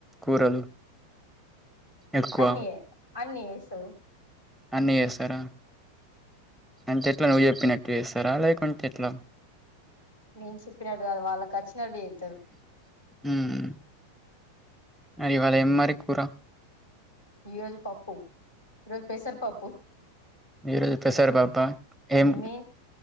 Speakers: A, in the centre; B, on the left.
A: కూరలు ఎక్కువ
B: అన్నే అన్ని జేస్తది
A: అన్నీ చేస్తారా అంత ఎట్లా నువ్వు జెప్పినట్టు జేస్తారా లేకుంటే ఎట్లా
B: నేను చెప్పినట్టు గాదు వాళ్ళకచ్చినట్టు జెత్తరు
A: ఉమ్మ్ ఇవాళ్ ఏం మరి కూర
B: ఈ రోజు పప్పు ఈ రోజు పెసర్ పప్పు
A: ఈ రోజు పేసర్ పప్పా ఏం
B: మీ